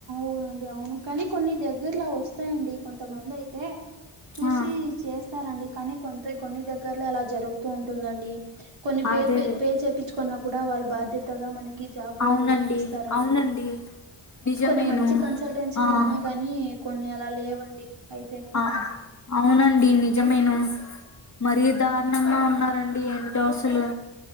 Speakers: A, on the right (about 65°); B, on the left (about 35°).
A: అవునండి అవును కానీ కొన్ని దగ్గరల వస్తాయండి కొంతమంది అయితే చూసి
B: ఆ
A: చే స్తారండి కానీ కొంత కొన్ని దగ్గర్లో అలా జరుగుతూ ఉంటుందండి కొన్ని పే
B: అదే
A: పే పేచేపించుకున్నా గూడా వాళ్ళు బాధ్యతగా మనకి జాబు
B: అవునండి
A: ఇప్పిస్తారండి
B: అవునండి నిజమేను
A: కొన్ని మంచి కన్సల్టెన్సీలు
B: ఆ
A: ఉన్నాయి గాని కొన్ని అలా లేవండి అయితే
B: ఆ అవునండి నిజమేను మరి దారుణంగా ఉన్నారండి ఏంటో అసలు